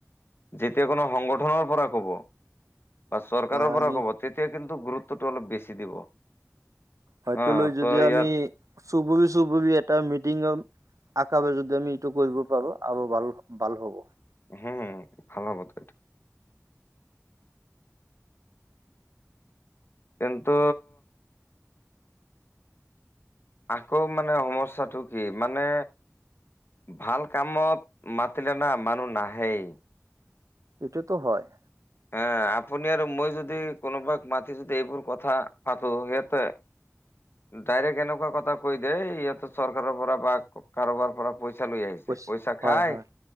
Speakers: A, on the left (about 45°); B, on the right (about 80°).
A: যেতিয়া কোনো সংগঠনৰ পৰা কব। বা চৰকাৰৰ
B: হয়
A: পৰা
B: আমি
A: ক'ব তেতিয়া কিন্তু গুৰুত্বটো অলপ বেছি দিব। অ'
B: হয়তো লৈ যদি
A: ত' ইয়াত
B: আমি চুবুৰি চুবুৰি এটা মি। তিনজন আকা যদি আমি এইটো কৰিব পাৰো আৰু বাল ভাল হ'ব।
A: হম ভাল হবটো সেটো। কিন্তু। আকৌ মানে সমস্যাটো কি মানে? ভাল কামত মাতিলে না মানুহ নাহেই।
B: এইটোৱেটো হয়।
A: হা আপুনি আৰু মই যদি কোনোবাক মাতি যদি এইবোৰ কথা পাতো। সিহঁতে। ডাইৰেক্ট এনেকুৱা কথা কৈ দে, ইহতে চৰকাৰৰ পৰা বা কাৰোবাৰ পৰা। পইচা লৈ আহিছে।
B: কৈছে
A: পইচা
B: হয়
A: খাই
B: হয়